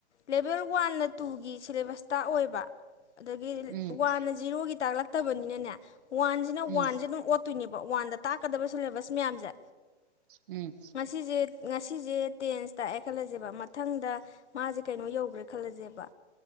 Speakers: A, on the left (about 80°); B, on the right (about 50°).
A: ꯂꯦꯚꯦꯜ ꯋꯥꯟꯅ ꯇꯨꯒꯤ ꯁꯤꯂꯦꯕꯁꯇ ꯑꯣꯏꯕ ꯑꯗꯒꯤ
B: ꯎꯝ
A: ꯋꯥꯟꯅ ꯖꯤꯔꯣꯒꯤ ꯇꯥꯛꯂꯛ ꯆꯠꯇꯕꯅꯤꯅꯅꯦ ꯋꯥꯟꯁꯤꯅ ꯋꯥꯟꯁꯦ
B: ꯎꯝ
A: ꯑꯗꯨꯝ ꯑꯣꯠꯇꯣꯏꯅꯦꯕ ꯋꯥꯟꯗ ꯇꯥꯛꯀꯗ ꯁꯤꯂꯦꯕ ꯃꯌꯥꯝꯁꯦ
B: ꯎꯝ
A: ꯉꯁꯤꯁꯦ ꯉꯁꯤꯁꯦ ꯇꯦꯟꯁꯇꯑꯦ ꯈꯜꯂꯁꯦꯕ ꯃꯊꯪꯗ ꯃꯥꯁꯦ ꯀꯩꯅꯣ ꯌꯧꯈ꯭ꯔꯦ ꯈꯜꯂꯁꯦꯕ